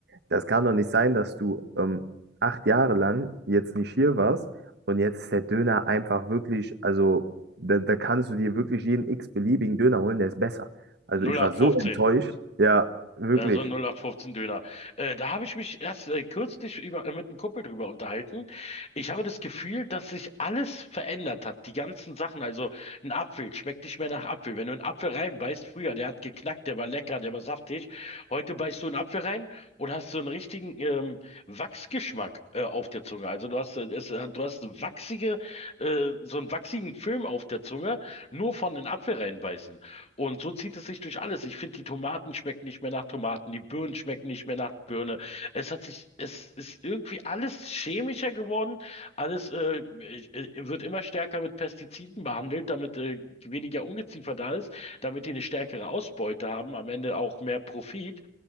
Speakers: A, on the right (about 65°); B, on the left (about 35°).
A: Das kann doch nicht sein, dass du ähm, acht Jahre lang jetzt nicht hier warst und jetzt ist der Döner einfach wirklich, also da, da kannst du dir wirklich jeden x-beliebigen Döner holen, der ist besser. Also
B: 0815.
A: ich war so enttäuscht. Ja, wirklich.
B: Ja, so ein 0815-Döner. Äh, da habe ich mich erst äh, kürzlich über, äh, mit einem Kumpel drüber unterhalten. Ich habe das Gefühl, dass sich alles verändert hat. Die ganzen Sachen. Also ein Apfel schmeckt nicht mehr nach Apfel. Wenn du einen Apfel reinbeißt, früher, der hat geknackt, der war lecker, der war saftig. Heute beißt du einen Apfel rein und hast so einen richtigen ähm, Wachsgeschmack äh, auf der Zunge. Also du hast, äh, es, äh, du hast eine wachsige, äh, so einen wachsigen Film auf der Zunge, nur von den Apfel reinbeißen. Und so zieht es sich durch alles. Ich finde, die Tomaten schmecken nicht mehr nach Tomaten, die Birnen schmecken nicht mehr nach Birne. Es hat sich, es ist irgendwie alles chemischer geworden. Alles äh, äh, wird immer stärker mit Pestiziden behandelt, damit äh, weniger Ungeziefer da ist, damit die eine stärkere Ausbeute haben, am Ende auch mehr Profit.